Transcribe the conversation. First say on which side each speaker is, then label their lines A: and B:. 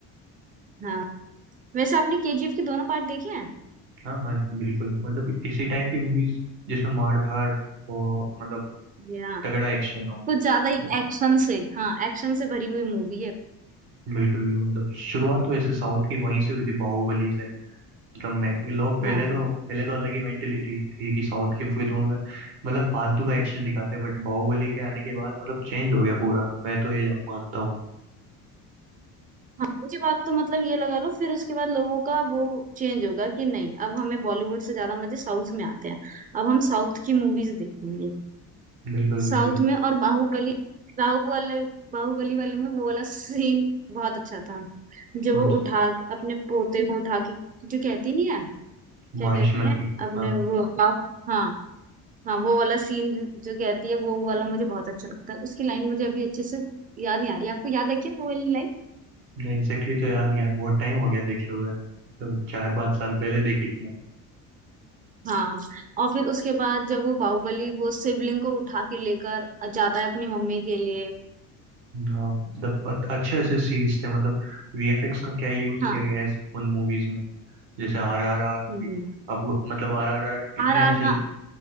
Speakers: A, on the right; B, on the right.
A: हाँ वैसे आपने केजीएफ के दोनों पार्ट देखे हैं
B: हाँ हाँ बिल्कुल मतलब इसी टाइप की मूवीज जिसमें मार धाड़ हो और मतलब
A: या
B: तगड़ा एक्शन हो
A: कुछ ज्यादा ही
B: वो
A: एक्शन से हाँ एक्शन से भरी हुई मूवी है
B: बिल्कुल बिल्कुल मतलब शुरुआत तो ऐसे साउथ की वहीं से हुई थी बाहुबली से मतलब मैं लोग पहले
A: हाँ
B: तो पहले तो अलग ही मेंटेलिटी थी कि साउथ की फिल्मों में मतलब फालतू का एक्शन दिखाते हैं बट बाहुबली के आने के बाद मतलब चेंज हो गया पूरा मैं तो ये मानता हूँ
A: हाँ उसके बाद तो मतलब ये लगा लो फिर उसके बाद लोगों का वो चेंज होगा कि नहीं अब हमें बॉलीवुड से ज्यादा मजे साउथ में आते हैं अब हम साउथ की मूवीज देखेंगे
B: बिल्कुल बिल्कुल
A: साउथ में और बाहुबली बाहुबली बाहुबली वाले में वो वाला सीन बहुत अच्छा था जो
B: कौन
A: वो
B: सी
A: उठा अपने पोते को उठा के जो कहती नहीं है क्या
B: माहिष्मती
A: कहते हैं अपने
B: हाँ
A: वो बाहु हाँ हाँ वो वाला सीन जो कहती है वो वाला मुझे बहुत अच्छा लगता है उसकी लाइन मुझे अभी अच्छे से याद नहीं आ रही आपको याद है क्या वो वाली लाइन
B: एग्जैक्टली तो याद नहीं यार बहुत टाइम हो गया देखे हुए तो चार पाँच साल पहले देखी थी
A: हाँ और फिर उसके बाद जब वो बाहुबली वो शिवलिंग को उठा के लेकर जाता है अपनी मम्मी के लिए
B: हाँ मतलब अ- अच्छे अच्छे सीन्स थे मतलब वीएफएक्स का क्या यूज
A: हाँ
B: किया गया है इस- उन मूवीज में जैसे आर आर आर हुई
A: हम्म
B: अब वो- मतलब आर आर आर कितने
A: आर
B: अच्छे
A: आर हाँ